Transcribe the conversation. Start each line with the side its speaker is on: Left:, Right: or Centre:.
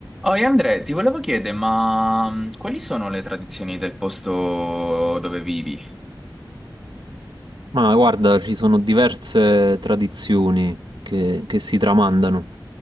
Centre: Oi Andrea, ti volevo chiedere, ma mh, quali sono le tradizioni del posto dove vivi?
Right: Ma guarda, ci sono diverse tradizioni che, che si tramandano.